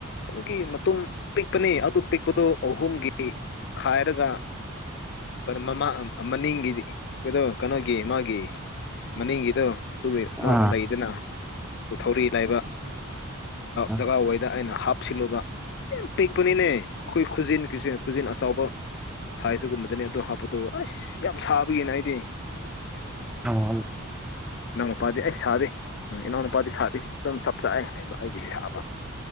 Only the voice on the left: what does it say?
ꯀꯩꯅꯣꯒꯤ ꯃꯇꯨꯡꯨꯝ ꯄꯤꯛꯄꯅꯤ ꯑꯗꯨ ꯄꯤꯛꯄꯗꯨꯣ ꯑꯍꯨꯝꯒꯤ ꯈꯥꯏꯔꯒ ꯃꯃ ꯃꯅꯤꯡꯒꯤꯗꯤ ꯀꯩꯅꯣ ꯀꯩꯅꯣꯒꯤ ꯃꯥꯒꯤ ꯃꯅꯤꯡꯒꯤꯗꯣ ꯑꯗꯨꯕꯨ ꯑꯃ
ꯂꯩꯗꯅ ꯊꯧꯔꯤ ꯂꯥꯏꯕ
ꯖꯒꯥꯋꯥꯏꯗ ꯑꯩꯅ ꯍꯥꯞ ꯁꯤꯜꯂꯒ ꯌꯥꯝ ꯄꯤꯛꯄꯅꯤꯅꯦ ꯑꯩꯈꯣꯏ ꯈꯨꯖꯤꯟ ꯈꯨꯖꯤꯟ ꯑꯆꯥꯎꯕ ꯁꯥꯏꯖꯇꯒꯨꯝꯕꯗꯅꯦ ꯑꯣ ꯍꯥꯞꯄꯠꯇꯣ ꯑꯁ ꯌꯥꯝ ꯁꯥꯕꯒꯤꯅ ꯑꯩꯗꯤ
ꯅꯪ ꯃꯄꯥꯗꯤ ꯑꯩ ꯁꯥꯗꯦ ꯎꯝ ꯏꯅꯥꯎꯅ ꯅꯨꯄꯥꯗꯤ ꯁꯥꯗꯤ ꯑꯗꯨꯝ ꯆꯞ ꯆꯥꯦ ꯍꯥꯏꯕ ꯑꯩꯒꯤꯗꯤ ꯁꯥꯕ